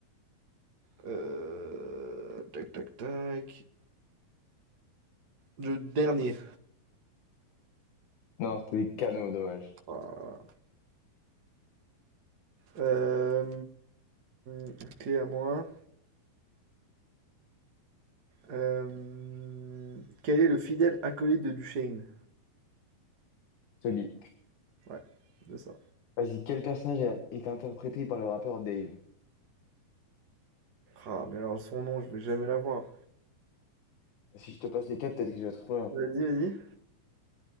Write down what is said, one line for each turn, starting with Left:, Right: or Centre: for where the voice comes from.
Right: euh, tac tac tac, le dernier.
Left: Non, c'était Kano, dommage.
Right: Voilà. Euh, ok, à moi. Euh, quel est le fidèle acolyte de Duchesne?
Left: Sully.
Right: Ouais, c'est ça.
Left: Vas-y, quel personnage a été interprété par le rappeur Dave?
Right: Ah, mais alors son nom, je vais jamais l'avoir.
Left: Si je te passe les quatre, peut-être que je vais trouver.
Right: Vas-y, vas-y.